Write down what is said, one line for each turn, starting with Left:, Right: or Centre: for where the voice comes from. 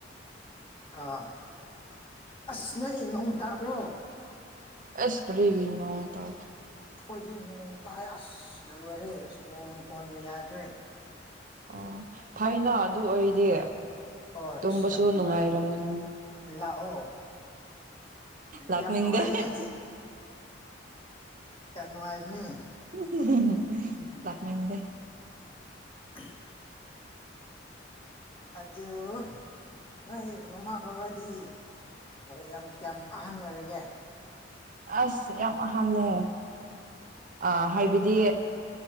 Left: ꯑꯥ ꯑꯁ ꯅꯣꯏ ꯅꯣꯡ ꯇꯥꯕ꯭ꯔꯣ
Right: ꯑꯦꯁ ꯀꯔꯤꯒꯤ ꯉꯣ ꯇ
Left: ꯑꯩꯈꯣꯏꯗꯤ ꯅꯣꯡ ꯇꯥꯏ ꯑꯁ ꯂꯣꯏꯔꯦ ꯑꯁ ꯅꯣꯡꯃ ꯀꯣꯟꯅ ꯌꯥꯗ꯭ꯔꯦ
Right: ꯑꯣ ꯐꯅ ꯑꯗꯨ ꯑꯣꯏꯔꯗꯤ
Left: ꯍꯣꯏ
Right: ꯇꯨꯝꯕꯁꯨ
Left: ꯑꯁ ꯌꯥꯝ ꯅꯨꯡꯉꯥꯏꯌꯦ
Right: ꯅꯨꯡꯉꯥꯏꯔꯝꯒꯅꯤ
Left: ꯂꯥꯛꯑꯣ
Right: ꯂꯥꯛꯅꯤꯡꯗꯦ
Left: ꯌꯥꯝ ꯅꯨꯡꯉꯥꯏꯌꯦꯦ ꯀꯥꯟꯅꯅꯨꯡꯉꯥꯏꯕꯅꯤ
Right: <unintelligible> ꯂꯥꯛꯃꯤꯗꯦ
Left: <unintelligible> ꯑꯗꯨꯗ ꯅꯣꯏ ꯃꯃꯥ ꯕꯕꯥꯗꯤ ꯌꯥꯝ ꯀꯌꯥꯝ ꯑꯍꯟ ꯑꯣꯏꯔꯒꯦ
Right: ꯑꯁ ꯌꯥꯝ ꯑꯍꯜꯂ ꯑ ꯍꯥꯏꯕꯗꯤ